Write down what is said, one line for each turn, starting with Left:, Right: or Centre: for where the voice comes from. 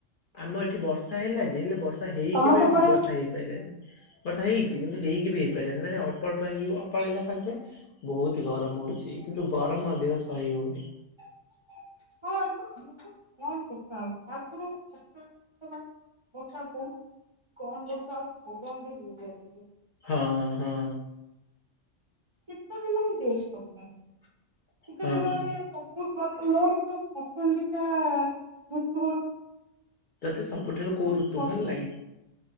Left: ଆମ ଏଠି ବର୍ଷା ହେଲା ଯେ ହେଲେ ବର୍ଷା ହେଇକି
Right: ତମ
Left: ବି
Right: ସେପଟେ
Left: ବର୍ଷା ହେଇପାରିଲାନି ବର୍ଷା ହେଇଛି କିନ୍ତୁ ହେଇକି ବି ହେଇ ପାରିଲାନି ମାନେ ଅଳ୍ପ ପାଇଁ ଅଳ୍ପ ହେଲା ସାଙ୍ଗେ ସାଙ୍ଗେ ପାଇଁ ବହୁତ ଗରମ ହଉଛି କିନ୍ତୁ ଗରମ ମଧ୍ୟ ସହି ହଉନି।
Right: <inaudible> ହଁ ଏଥର ବହୁତ କମ୍ ବର୍ଷା ଆଗରୁ ବର୍ଷା ବହୁତ୍ କମ୍ ବର୍ଷା ଗରମ <unintelligible>
Left: ହଁ ହଁ।
Right: ଶୀତ ଦିନ ହିଁ ବେଷ୍ଟ୍ <unintelligible> ଶୀତ
Left: ହଁ
Right: ଦିନରେ ସବୁ ମୋର ତ ପସନ୍ଦିଦା ଋତୁ ହଉଛି।
Left: ତତେ ସବୁଠାରୁ କୋଉ
Right: ମତେ
Left: ଋତୁ
Right: ବର୍ଷା
Left: ଭଲ ଲାଗେ?